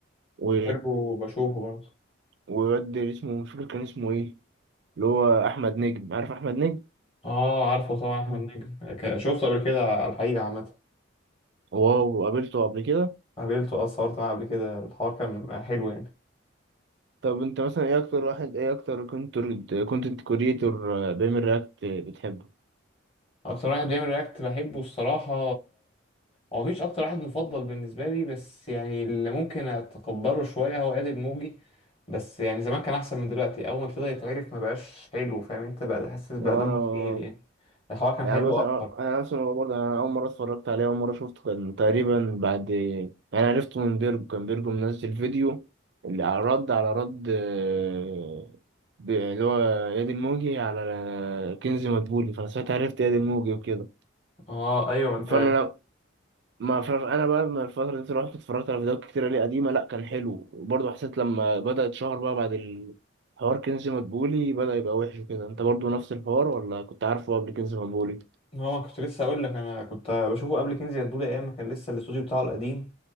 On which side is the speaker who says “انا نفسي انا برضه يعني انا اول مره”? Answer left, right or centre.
Right